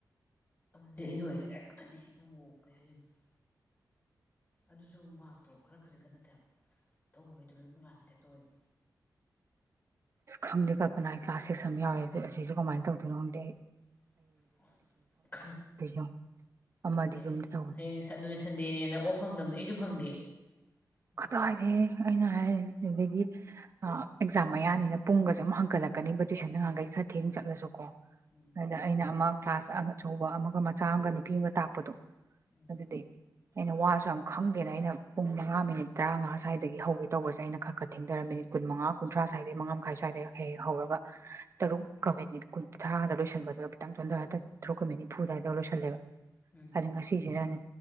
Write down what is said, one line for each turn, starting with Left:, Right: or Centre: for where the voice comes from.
Left: ꯑꯗꯨꯗꯤ ꯑꯩꯗꯣ ꯍꯦꯛꯇꯅꯦ ꯅꯪꯕꯣ ꯀꯩ ꯍꯥꯏꯗꫭꯏꯅꫭ ꯑꯗꯨꯁꯨ ꯃꯥꯥꯛꯇꯣ ꯈꯔ ꯈꯖꯤꯛꯀ ꯅꯠꯇꯦꯕ ꯇꯧꯕꯒꯩꯗꯣ ꯂꯣꯏꯅꯃꯛ ꯂꯥꯟꯕꯩ ꯇꯞ ꯇꯧꯋꯦꯕ
Right: ꯑꯁ ꯈꯪꯗꯦ ꯀꯜꯄꯅ ꯑꯩ ꯀ꯭ꯂꯥꯁ ꯁꯤꯛꯁ ꯑꯃ ꯌꯥꯎꯋꯦ ꯑꯁꯤꯁꯨ ꯀꯃꯥꯏꯅ ꯇꯧꯗꯣꯏꯅꫭ ꯗꯪꯗꯦꯑꯩ
Left: <unintelligible>
Right: ꯌꯦꯡꯉꯣ ꯑꯃꯗꯤ
Left: ꯑꯩ
Right: ꯌꯨꯝꯗ ꯇꯧꯕꯅꯤ
Left: ꯍꯌꯦꯡ ꯑꯗꯨ ꯁꯟꯗꯦꯅꯦꯅ ꯑꯣꯐ ꯐꯪꯗꯕꯅꯦ ꯑꯩꯁꯨ ꯐꯪꯗꯦ ꯃꯊꯥ
Right: ꯀꯗꯥꯏꯗꯦ
Left: ꯁꯥꯏ
Right: ꯑꯩꯅ ꯍꯥꯏ ꯑꯗꯨꯗꯒꯤ ꯑꯦꯛꯖꯥꯝ ꯃꯌꯥꯅꯤꯅ ꯄꯨꯡꯒꯁꯨ ꯑꯃꯝ ꯍꯪꯀꯠꯂꯛꯀꯅꯤꯕ ꯇꯨꯏꯁꯟ ꯅꯍꯟꯒꯩ ꯈꯔ ꯊꯦꯡ ꯆꯠꯂꯁꯨ
Left: ꯎꯝ
Right: ꯑꯗ ꯑꯩꯅ ꯑꯃ ꯀ꯭ꯂꯥꯁ ꯑꯆꯧꯕ ꯑꯃꯒ ꯃꯆꯥ ꯑꯃꯒ ꯅꯨꯄꯤ ꯑꯃꯒ ꯇꯥꯛꯄꯗꯣ
Left: ꯎꯝ
Right: ꯑꯗꯨꯗꯤ ꯑꯩꯅ ꯋꯥꯁꯨ ꯌꯥꯝ ꯈꯪꯗꯦꯅ ꯑꯩꯅ ꯄꯨꯡ ꯃꯉꯥ ꯃꯤꯅꯤꯠ ꯇꯔꯥꯃꯉꯥ ꯁ꯭ꯋꯥꯏꯗꯒꯤ ꯍꯧꯒꯦ ꯇꯧꯕꯖꯦ ꯑꯩꯅ ꯈꯔ ꯈ ꯊꯦꯡꯗꯔ ꯃꯤꯅꯤꯠ ꯀꯨꯟꯃꯉꯥ ꯀꯨꯟꯊ꯭ꯔꯥ ꯁ꯭ꯋꯥꯏꯗꯒꯤ ꯃꯉꯥ ꯃꯈꯥꯏ ꯁ꯭ꯋꯥꯏꯗꯩ ꯍꯦꯛ ꯍꯦꯛ ꯍꯧꯔꯒ ꯇꯔꯨꯛꯀ ꯃꯤꯅꯤꯠ ꯀꯨꯟꯊꯔꯥꯗ ꯂꯣꯏꯁꯤꯟꯕꯗꯨꯅ ꯈꯤꯇꯪ ꯆꯣꯟꯊꯔ ꯇꯔꯨꯛꯀ ꯃꯤꯅꯤꯠ ꯅꯤꯐꯨ ꯑꯗꯨꯋꯥꯏꯗ ꯂꯣꯏꯁꯤꯜꯂꯦꯕ
Left: ꯎꯝ
Right: ꯑꯗꯣ ꯉꯥꯁꯤꯖꯤꯅꯅꯦ